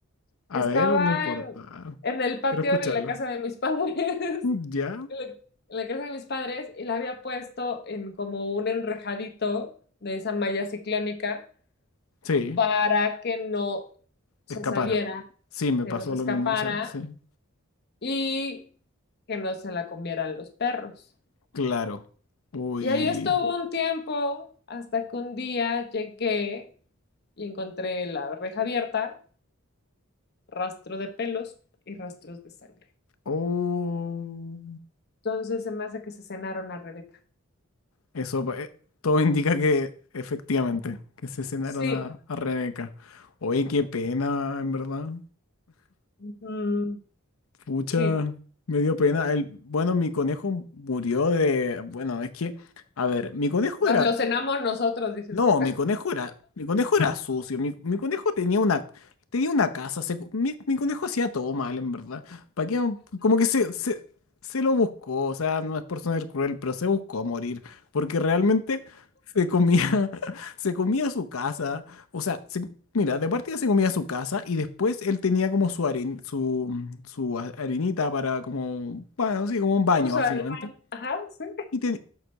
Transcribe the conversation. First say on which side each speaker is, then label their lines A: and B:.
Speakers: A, on the left; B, on the left.
A: A
B: Estaba
A: ver, no importa.
B: en, en el patio,
A: Quiero escucharlo.
B: en la casa de mis padres, <laughs>
A: Mm, ¿Ya?
B: en la, en la casa de mis padres, y la había puesto en como un enrejadito de esa malla ciclónica
A: Sí,
B: para que no se
A: escapara.
B: saliera,
A: Sí, me
B: que
A: pasó
B: no se escapara
A: lo mismo, o sea, sí.
B: y que no se la comieran los perros.
A: Claro. Uy.
B: Y ahí estuvo un tiempo hasta que un día llegué y encontré la reja abierta, rastro de pelos y rastros de sangre.
A: Oh.
B: Entonces se me hace que se cenaron a Rebeca.
A: Eso, eh, todo indica que efectivamente, que se cenaron
B: Sí,
A: a, a Rebeca. Oye, qué pena, en verdad.
B: mm,
A: Pucha,
B: sí,
A: me dio pena. El, bueno, mi conejo murió de... Bueno, es que, a ver, mi conejo
B: nos
A: era
B: lo cenamos nosotros, dices.
A: No, mi conejo era, mi conejo era sucio. Mi, mi conejo tenía una, tenía una casa. se cu- mi, mi conejo hacía todo mal, en verdad. ¿Para qué? Como que se, se, se lo buscó. O sea, no es por ser cruel, pero se buscó morir. Porque realmente se comía, <laughs> se comía su casa. O sea, se- mira, de partida se comía su casa y después él tenía como su, haren- su, su a- harinita para como, bueno, sí, como un baño,
B: Vamos
A: básicamente.
B: al baño. Ajá, sí.
A: y te-